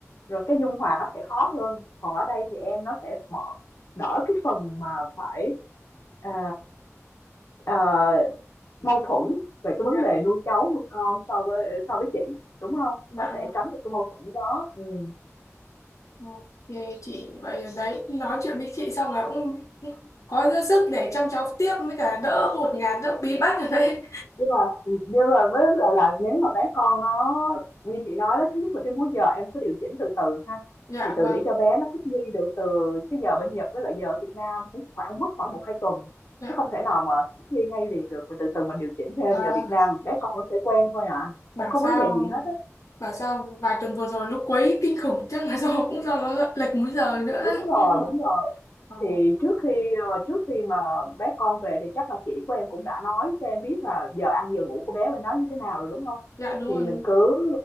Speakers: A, on the left; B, on the left.
A: rồi cái dung hòa nó sẽ khó hơn. Còn ở đây thì em nó sẽ bỏ đỡ cái phần mà phải, ờ, ờ Mâu thuẫn về cái
B: dạ
A: vấn đề nuôi cháu, nuôi con so với so với chị, đúng không
B: dạ
A: Nó sẽ
B: vâng.
A: tránh được cái mâu thuẫn đó, ừm.
B: ok chị vậy là đấy nói chuyện với chị xong là cũng có dư sức để chăm cháu tiếp với cả đỡ ngột ngạt đỡ bí bách ở đây
A: Nhưng mà nhưng mà với vấn đề là nếu mà bé con nó như chị nói đó, thứ nhất là cái múi giờ em cứ điều chỉnh từ từ ha,
B: Dạ
A: thì từ
B: vâng,
A: để cho bé nó thích nghi được từ cái giờ bên Nhật với lại giờ ở Việt Nam cũng khoảng mất khoảng một 2 tuần,
B: dạ.
A: chứ không thể nào mà thích nghi ngay liền được, mà từ từ mình điều chỉnh theo
B: À,
A: giờ Việt Nam, bé con nó sẽ quen thôi à,
B: bảo
A: không có
B: sao
A: vấn đề gì hết á.
B: bảo sao vài tuần vừa rồi lúc quấy kinh khủng chắc là do cũng do nó lệch múi giờ nữa. đấy.
A: Đúng rồi, đúng rồi.
B: Ờ,
A: Thì trước khi ờ, trước khi mà bé con về thì chắc là chị của em cũng đã nói cho em biết là giờ ăn giờ ngủ của bé bên đó như thế nào rồi đúng không?
B: dạ đúng
A: Thì
B: rồi.
A: mình cứ